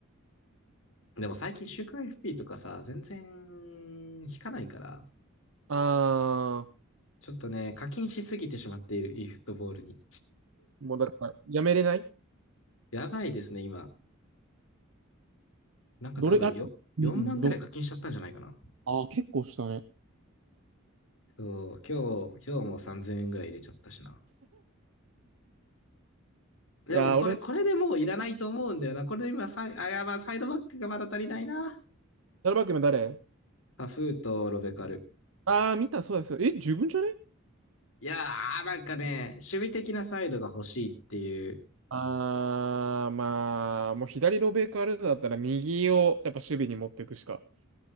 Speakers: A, on the left; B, on the right.
A: でも最近週刊 FP とかさ、全然引かないから、
B: あ
A: ちょっとね、課金しすぎてしまっている e フットボールに。
B: ー、もうだから、やめれない
A: やばいですね、今。なんか多分よ、
B: どれ、あれ、
A: 4万ぐらい課金しちゃったんじゃないかな。
B: うん、ど、あー、結構したね。
A: そう、今日、今日も3000円ぐらい入れちゃったしな。でもこれ、
B: いやー、俺、
A: これでもういらないと思うんだよな。これで今サイ、あ、いや、まあサイドバックがまだ足りないな。
B: サルバックの誰
A: タフーとロベカル。
B: あー、見た、そうです。え、十分じゃね
A: いやー、なんかね、守備的なサイドが欲しいっていう。
B: あー、まあ、もう左ロベーカールーだったら右をやっぱ守備に持っていくしか、